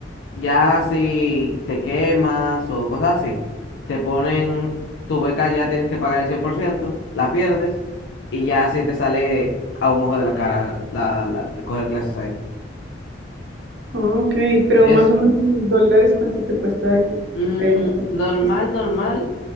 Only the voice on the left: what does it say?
Ya si te quemas o cosas así, te ponen tu beca, ya tienes que pagar el 100% la pierdes y ya si te sale a un ojo de la cara la, la- coger clases ahí.
Es
mm,
normal,
normal.